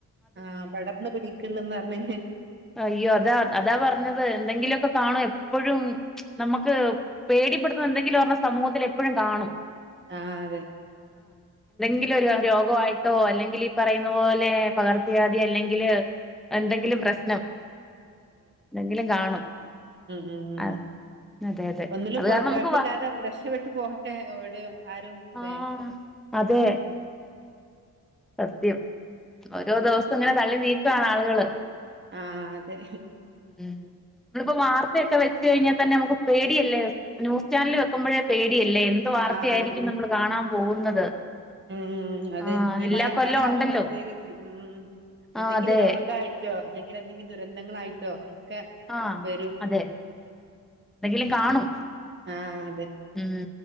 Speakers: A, on the right; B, in the centre.
A: ആ പടർന്ന് പിടിക്ണ്ടന്ന് പറഞ്ഞ
B: അയ്യോ അതാ അതാ പറഞ്ഞത് എന്തെങ്കിലുമൊക്കെ കാണോ എപ്പോഴും <unintelligible> നമുക്ക് പേടിപ്പെടുത്തുന്ന എന്തെങ്കിലും പറഞ്ഞ സമൂഹത്തിൽ എപ്പോഴും കാണും
A: ആ അതെ
B: <unintelligible> രോഗയിട്ടോ അല്ലെങ്കിൽ ഈ പറയുന്ന പോലെ പകർച്ചവാധി അല്ലെങ്കില് എന്തെങ്കിലും പ്രശ്നം ന്തെങ്കിലും കാണും
A: മ് മ് മ്
B: ആഹ്
A: മ്
B: അതെ അതെ
A: ഒന്നിലും
B: അത്
A: കൊ
B: കാരണം നമുക്ക്
A: കൊഴപ്പില്ലാതെ
B: വാ
A: രക്ഷപെട്ട് പോകട്ടെ ഓട് ആരും ല്ലെ
B: ആഹ് അതെ
A: <unintelligible>
B: സത്യം ഓരോ ദിവസം ഇങ്ങനെ തള്ളി നീക്കാണ് ആളുകള്.
A: ആഹ് അതെ
B: മ് മ്മളിപ്പോ വാർത്ത ക്കെ വെച്ച് കഴിഞ്ഞാ തന്നെ നമക്ക് പേടിയല്ലേ ന്യൂസ് ചാനല് വക്ക്മ്പോഴേ പേടി ല്ലേ എന്ത് വാർത്തയായിരിക്കും
A: ആഹ് അതെ
B: നമ്മള് കാണാൻ പോകുന്നത്.
A: ഉം ഉം അതെ
B: ആഹ്
A: ഈ
B: എല്ലാ
A: മഴക്കാലം
B: കൊല്ലം
A: ആമ്പോ
B: ഉണ്ടല്ലോ
A: പ്രത്യേകിച്ച് മ്.
B: ആഹ്
A: എന്തെങ്കിലും
B: അതെ
A: രോഗായിട്ടോ അല്ലെങ്കിൽ എന്തെങ്കിലും ദുരന്തങ്ങളായിട്ടോ ക്കെ
B: ആഹ്
A: വരും.
B: അതെ എന്തെങ്കിലും കാണും.
A: ആഹ് അതെ
B: മ്